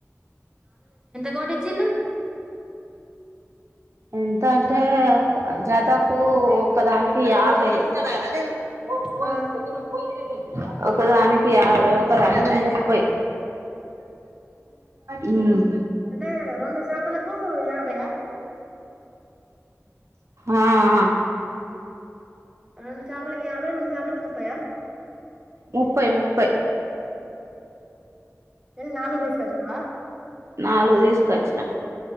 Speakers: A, on the right; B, on the right.
A: కోటీచ్చున్రు
B: ఎంత అంటే జతకు ఒకదానికి యాభై బ బ
A: ఆ
B: కొద్తుంలో బోయ లేద ఒకదానికి యాభై ఒకదానికి ముప్పై హ్మ్
A: అంటే రెండు చేపలకు యాభై ఆ
B: ఆ ఆ
A: రెండు చాపులకి యాభై రెండు చాపలకి ముప్పయ
B: ముప్పై ముప్పై
A: ఏ నాలుగు తీసుకు వచ్చినవా
B: నాలుగు తీసుకొచ్చిన